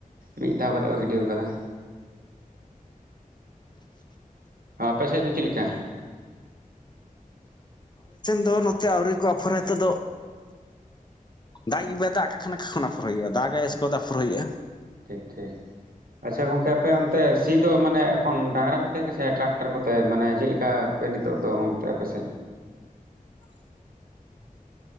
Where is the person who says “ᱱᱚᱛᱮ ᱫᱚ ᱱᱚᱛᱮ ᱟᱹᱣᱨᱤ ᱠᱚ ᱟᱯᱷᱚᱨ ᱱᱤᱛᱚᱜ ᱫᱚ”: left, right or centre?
Left